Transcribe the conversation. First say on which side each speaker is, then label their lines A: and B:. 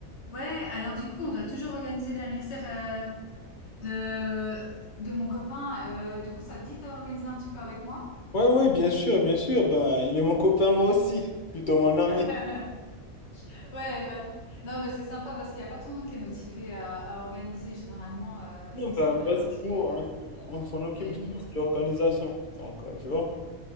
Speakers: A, on the left; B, on the left.
A: Ouais, alors du coup, on doit toujours organiser l'anniversaire euh, de de mon copain. Euh, du coup, ça te dit d'organiser un petit peu avec moi?
B: Ouais, ouais, bien sûr, bien sûr. Ben, il est mon copain, moi aussi. Plutôt mon ami.
A: <laughs> Ouais, bah, non, mais c'est sympa parce qu'il n'y a pas tout le monde qui est motivé à, à organiser. Généralement, euh,
B: Non,
A: c'est
B: ben,
A: c'est un peu
B: bah,
A: la partie
B: c'est nous, on,
A: euh,
B: on s'en occupe
A: pénible.
B: de l'organisation. Donc, euh, tu vois.